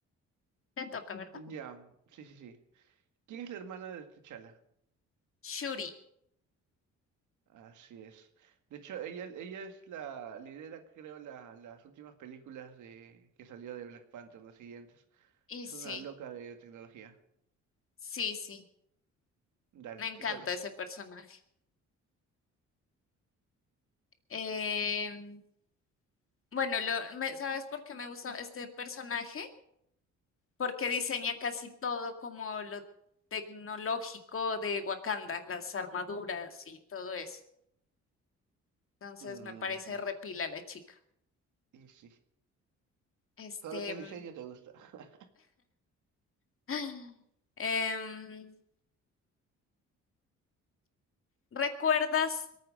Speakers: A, on the left; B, on the right.
A: Te toca, ¿verdad?
B: mm, ya, sí, sí, sí. ¿Quién es la hermana de T'Challa?
A: Shuri.
B: Así es. De hecho, ella, ella es la lidera, creo, la, las últimas películas de que salió de Black Panther, las siguientes.
A: Y
B: Es
A: sí,
B: una loca de tecnología.
A: sí, sí.
B: Dale,
A: Me encanta
B: te toca.
A: ese personaje. Em, bueno, lo, me- ¿sabes por qué me gusta este personaje? Porque diseña casi todo como lo tecnológico de Wakanda, las armaduras y todo eso. Entonces
B: Ujú,
A: me parece repila la chica.
B: Y sí,
A: Este.
B: todo lo que es
A: mm,
B: diseño te gusta. <laughs>
A: <gasps> <sighs> em, ¿Recuerdas